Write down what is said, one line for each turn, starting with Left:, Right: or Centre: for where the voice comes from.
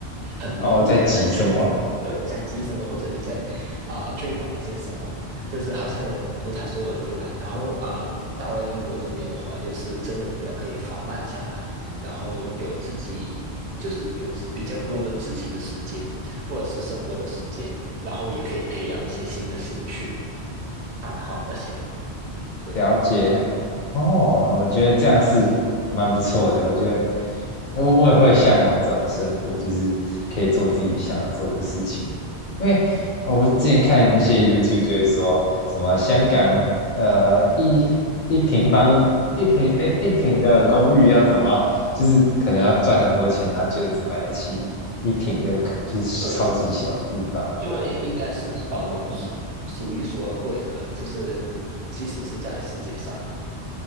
Right: 很忙碌的在追，
Left: 哦，在急什么啊？
Right: 对，在急什么，或者你在啊、呃追赶一些什么呢？就是好像也不太说得出来。然后啊、呃到了英国这边的话，就是真的比较可以放慢下来，然后有自己。就是有比较多的自己的时间，或者是生活的时间，然后也可以培养一些新的兴趣、
Left: 哦，
Right: 爱好那些。对
Left: 了解哦，我觉得这样是蛮不错的。我觉得我我也会向往这种生活，就是可以做自己想要做的事情。因为我之前看一些 YouTube 就会说什么香港呃一一平方一平哎一平的公寓要怎么，就是可能要赚很多钱，然后就只买得起一平的，就是超级小的地方，
Right: 对，
Left: 我觉得
Right: 因为应该是呃
Left: 好压抑。
Right: 数一数二贵的了，就是即使是在世界上，